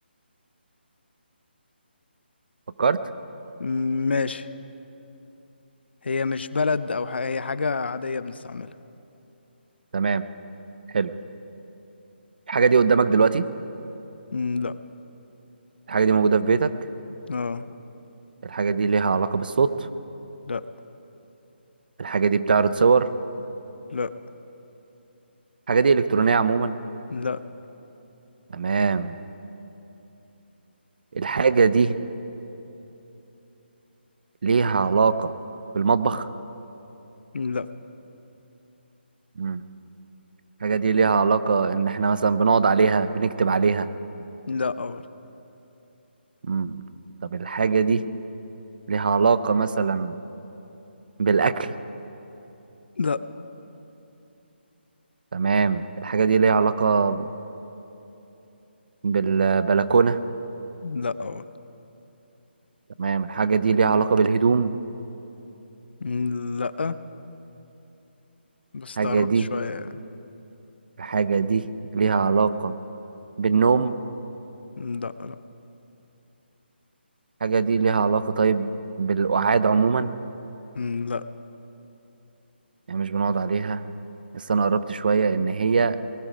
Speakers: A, on the right; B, on the left.
A: فكرت
B: م- ماشي هي مش بلد او ح... هي حاجة عادية بنستعملها
A: تمام حلو الحاجه دي قدامك دلوقتي
B: م، لا
A: الحاجه دي موجوده في بيتك
B: اه
A: الحاجة دي ليها علاقة بالصوت
B: لا
A: الحاجة دي بتعرض صور
B: لا
A: الحاجة دي إلكترونية عموما
B: لا
A: تمام الحاجة دي ليها علاقة بالمطبخ
B: لا
A: مم. الحاجة دي ليها علاقة إن إحنا مثلا بنقعد عليها بنكتب عليها
B: لا أول
A: مم. طب الحاجة دي ليها علاقة مثلا بالأكل
B: لا
A: تمام الحاجة دي ليها علاقة بالبلكونة
B: لا أول
A: تمام الحاجة دي ليها علاقة بالهدوم
B: لا بس
A: الحاجة
B: تقربت
A: دي
B: شوية يعني.
A: الحاجة دي ليها علاقة بالنوم
B: مم، لا لا
A: الحاجة دي ليها علاقة طيب بالقعاد عموما
B: مم، لا
A: يعني مش بنقعد عليها بس انا قربت شوية ان هي